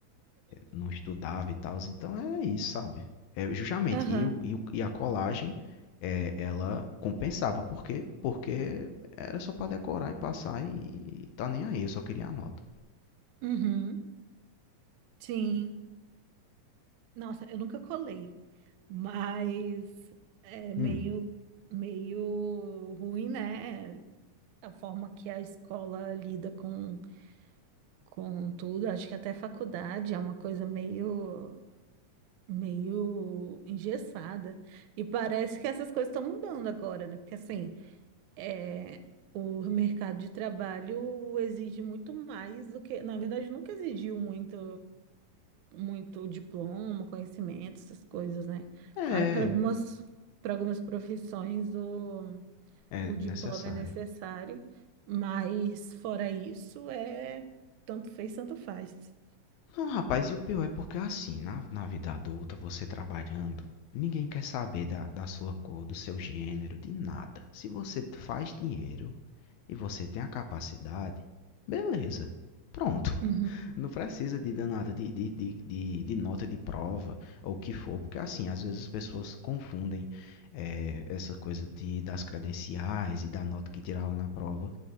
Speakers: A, on the left; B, on the right.
A: não estudava e tal. Então é isso, sabe? É, justamente.
B: aham,
A: E, e, e a colagem, é, ela compensava. Por quê? Porque era só pra decorar e passar e, e tá nem aí. Eu só queria a nota.
B: uhum, sim. Nossa, eu nunca colei, mas é meio,
A: Hum.
B: meio ruim, né? A forma que a escola lida com, com tudo. Acho que até faculdade é uma coisa meio, meio engessada. E parece que essas coisas estão mudando agora, né? Porque assim. É, o mercado de trabalho exige muito mais do que, na verdade, nunca exigiu muito, muito diploma, conhecimento, essas coisas, né?
A: É,
B: Claro que para algumas, para algumas profissões o,
A: é
B: o diploma
A: necessário.
B: é necessário, mas fora isso é tanto fez, tanto faz.
A: Não, rapaz, e o pior é porque assim, na, na vida adulta, você trabalhando, ninguém quer saber da, da sua cor, do seu gênero, de nada. Se você faz dinheiro e você tem a capacidade, beleza. Pronto.
B: Uhum,
A: Não precisa de danada de, de, de, de, de nota de prova ou o que for, porque assim, às vezes as pessoas confundem é, essa coisa de, das credenciais e da nota que tirava na prova